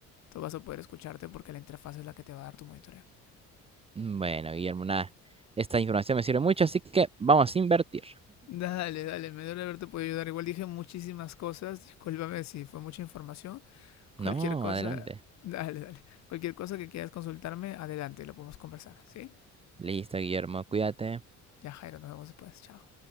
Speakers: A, on the left (about 65°); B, on the right (about 20°).
A: tú vas a poder escucharte porque la interfaz es la que te va a dar tu monitoreo.
B: Mm, Bueno, Guillermo, nada. Esta información me sirve mucho, así que vamos a invertir.
A: Dale, dale, me duele haberte podido ayudar. Igual dije muchísimas cosas, discúlpame si fue mucha información. Cualquier
B: No,
A: cosa,
B: adelante.
A: dale, dale. Cualquier cosa que quieras consultarme, adelante, lo podemos conversar, ¿sí?
B: Listo, Guillermo, cuídate.
A: Ya, Jairo, nos vemos después. Chao.